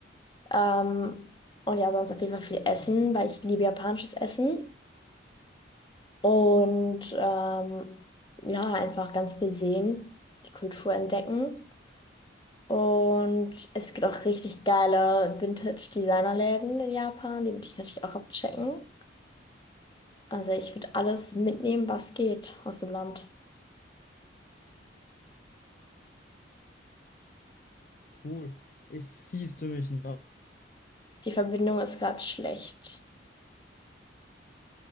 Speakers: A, on the left; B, on the left.
A: Ähm, und ja, sonst auf jeden Fall viel Essen, weil ich liebe japanisches Essen. Und ähm, ja, einfach ganz viel sehen, die Kultur entdecken. Und es gibt auch richtig geile Vintage-Designerläden in Japan, die würde ich natürlich auch abchecken. Also ich würde alles mitnehmen, was geht aus dem Land.
B: Cool. Es siehst du mich noch
A: Die Verbindung ist gerade schlecht.